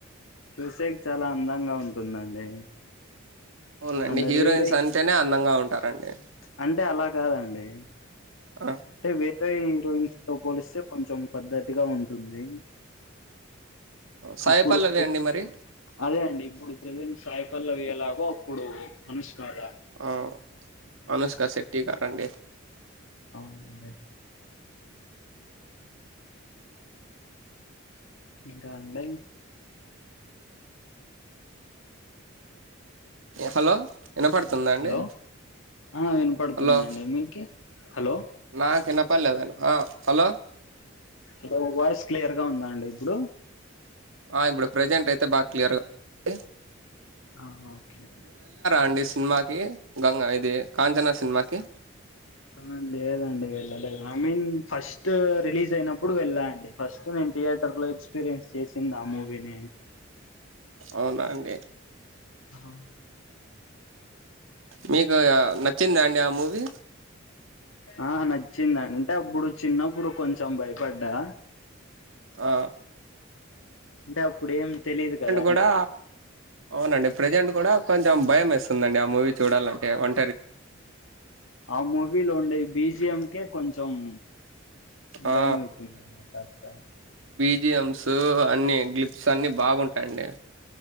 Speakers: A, on the left; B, on the right.
A: చూసే కి చాలా అందంగా ఉంటుందండి.
B: అవునండి
A: అండ్
B: హీరోయిన్స్
A: వేరే
B: అంటేనే అందంగా ఉంటారు. అండి.
A: అంటే అలా కాదండి
B: ఆ,
A: అంటే వేరే హీరోయిన్స్. తో పోలిస్తే కొంచెం పద్ధతిగా ఉంటుంది.
B: సాయి
A: ఇప్పుడు
B: పల్లవి
A: ప
B: అండి మరి
A: అదే అండి ఇప్పుడు ప్రజెంట్ సాయిపల్లవి. ఎలాగో అప్పుడు అనుష్కల
B: ఆహ్ అనుష్క శెట్టి గారండి.
A: అవునాండి. ఇంకా అండి
B: హలో వినపడుతుందా అండి
A: హలో ఆ వినపడుతుందండి
B: హలో
A: మీకి హలో
B: నాకు ఇనపడలేదు ఆ హలో
A: హలో వాయిస్ క్లియర్ గా ఉందా అండి ఇప్పుడు
B: ఆ ఇప్పుడు ప్రజెంట్ అయితే బాగా క్లియర్గా ఉంది
A: ఆ ఓకే
B: అండి సినిమాకి గంగా ఇది కాంచనా సినిమాకి
A: ఆ లేదండి వెళ్ళలేదు ఐ మీన్ ఫస్ట్ రిలీజ్ అయినప్పుడు వెళ్ళా అండి ఫస్ట్ నేను థియేటర్ లో ఎక్స్పీరియన్స్ చేసింది ఆ మూవీనే
B: అవునా అండి
A: ఆహా.
B: మీకు నచ్చిందా అండి ఆ మూవీ
A: ఆ నచ్చిందండి అంటే అప్పుడు చిన్నప్పుడు కొంచెం భయపడ్డా
B: ఆ
A: అంటే అప్పుడు ఏం తెలీదు కదా
B: కూడా అవునండి ప్రెజెంట్ కూడా కొంచెం భయం వేస్తుందండి ఆ మూవీ చూడాలంటే ఒం
A: ఆ మూవీలో ఉండే బి జి ఎం కే కొం తమ్ భయం
B: ఆ
A: అయితుంది కాస్త
B: బి జి యంస్ అన్ని గ్లిప్స్ అన్ని బాగుంటాయండి